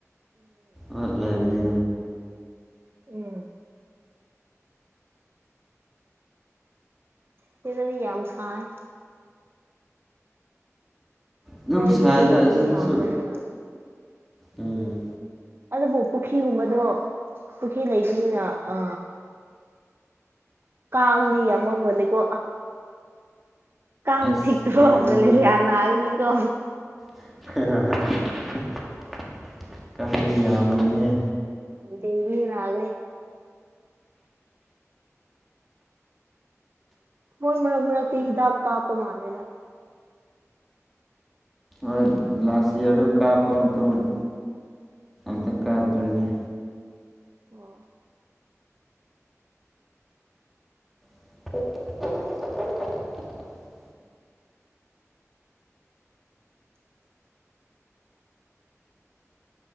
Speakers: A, in the centre; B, on the right.
A: ꯑ ꯂꯥꯏꯕꯔꯤ
B: ꯎꯝ ꯁꯤꯗꯗꯤ ꯌꯥꯝꯁꯥꯏ
A: ꯑꯗꯨꯝ
B: ꯍ ꯑꯗꯨꯗꯤ
A: ꯁꯥꯏꯗ
B: ꯎ
A: ꯑꯁꯤꯗꯁꯨ
B: ꯌꯥꯝꯕꯅꯤꯅ
A: ꯎꯝ
B: ꯑꯗꯨꯕꯨ ꯄꯨꯈ꯭ꯔꯤꯒꯨꯝꯕꯗꯣ ꯄꯨꯈ꯭ꯔꯤ ꯂꯩꯕꯅꯤꯅ ꯑ ꯀꯥꯡꯉ ꯌꯥꯝꯃꯅꯤꯀꯣ ꯀꯝ
A: ꯑꯁ
B: ꯊ ꯊꯣꯛ꯭ꯔ
A: ꯀꯥꯡꯗꯤ
B: ꯃ ꯊꯌꯥꯅꯒꯅꯤ ꯀ
A: <unintelligible>
B: ꯎꯝ
A: ꯀꯕꯤ ꯌꯥ ꯑꯃꯅꯤꯅꯤꯦ
B: ꯎꯗꯦ ꯏꯅꯤ ꯅꯒ꯭ꯔꯦ ꯍ ꯃꯛ ꯃꯛ ꯁꯤꯗ ꯀꯥꯄ ꯃꯥꯥꯂꯗ
A: ꯑ ꯂꯁꯤꯌꯥꯔ ꯀꯥꯄ ꯑꯃꯁꯨꯡ ꯊꯨꯡ ꯑꯇ ꯀꯥꯇꯔꯤꯅꯦ
B: ꯑꯣ
A: ꯎ